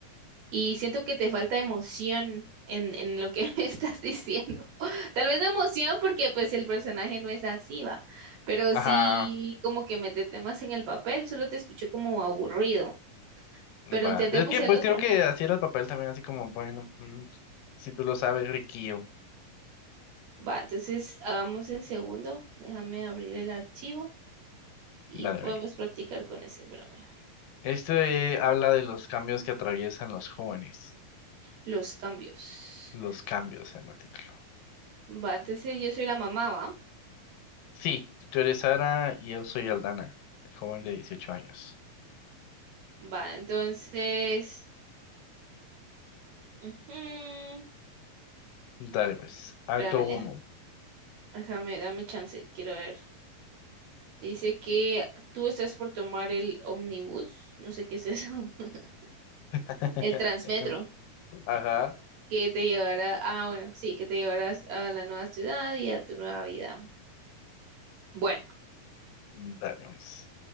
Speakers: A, on the right; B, on the left.
A: Y siento que te falta emoción en, en lo que <laughs> me estás diciendo. Tal vez no emoción porque pues el personaje no es así, va, pero
B: Ajá.
A: sí como que mete temas en el papel, solo te escuché como aburrido,
B: Va.
A: pero intentemos
B: Es que
A: el
B: pues
A: otro,
B: creo que así era el papel también, así como, bueno, mm, si tú lo sabes, Riquillo.
A: va, entonces hagamos el segundo, déjame abrir el archivo y
B: Dale,
A: podemos
B: ve.
A: practicar con ese, espérame,
B: Este habla de los cambios que atraviesan los jóvenes.
A: los cambios,
B: Los cambios, se llama el título.
A: va, entonces yo soy la mamá, va,
B: Sí, tú eres Sara y yo soy Aldana, el joven de 18 años.
A: va, entonces, ujú,
B: Dale, pues. Acto
A: espérame,
B: uno.
A: le- déjame, dame chance, quiero ver. Dice que tú estás por tomar el ómnibus, no sé qué es eso. <laughs>
B: <laughs>
A: El Transmetro,
B: Ajá,
A: que te llevará, ah, bueno, sí, que te llevarás a la nueva ciudad y a tu nueva vida. Bueno,
B: dale, pues.